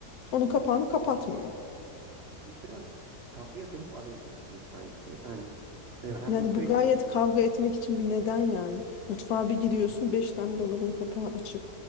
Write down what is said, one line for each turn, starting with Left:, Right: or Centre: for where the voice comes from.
Left: Onun kapağını kapatmıyor.
Right: Siz biraz kavgaya sebep arıyor gibisiniz sanki. Yani, hani hani
Left: Yani
Right: bu pek...
Left: bu gayet kavga etmek için bir neden yani. Mutfağa bir giriyorsun beş tane dolabın kapağı açık.